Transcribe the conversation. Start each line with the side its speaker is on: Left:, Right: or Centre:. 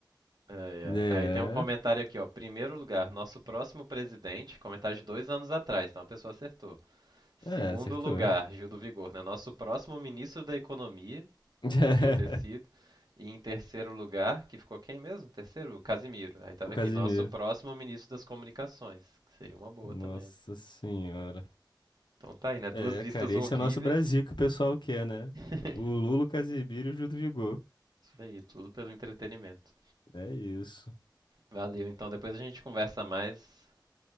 Right: <laughs> Ai,
Left: É.
Right: ai. Aí tem um comentário aqui, ó. Primeiro lugar, nosso próximo presidente. Comentário de dois anos atrás, então a pessoa acertou. Segundo
Left: É, acertou.
Right: lugar, Gil do Vigor, né? Nosso próximo ministro da Economia,
Left: <laughs>
Right: podia ter sido. E em terceiro lugar, que ficou quem mesmo? Terceiro? O Casimiro. Aí tava
Left: O Casimiro.
Right: aqui, nosso próximo ministro das Comunicações, que seria uma boa
Left: Nossa
Right: também.
Left: senhora.
Right: Então tá aí, né? Duas
Left: É,
Right: listas
Left: cara,
Right: horríveis.
Left: esse é o nosso Brasil que o pessoal quer, né?
Right: <laughs> Isso
Left: O Lula, o Casimiro e o Gil do Vigor.
Right: aí, tudo pelo entretenimento.
Left: É isso.
Right: Valeu, então depois a gente conversa mais.